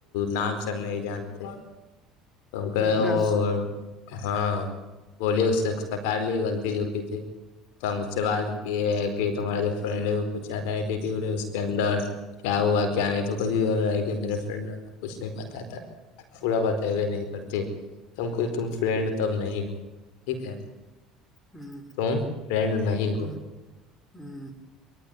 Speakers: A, on the left; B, on the left.
A: نام سے ہم نہیں جانتے کا
B: بھیا ہوں،
A: اور ہاں بولے اس سے سکار لی غلطی جو تھی تو ہم اس سے بات کی ہے کہ تمہارا جو فرینڈ ہے کچھ ذیادہ ہی اٹیٹی ٹویڈ ہے اس کے اندر کیا ہوا کیا نہیں تو کچھ کہ میرے فرینڈ نے ہم کو کچھ نہیں بتاتا پورا بتاوے نہیں کرتی تو ہم کہے تم فرینڈ تو اب نہیں ہو ٹھیک ہے
B: ہوں،
A: تم فرینڈ نہیں ہو
B: ہوں، ہوں۔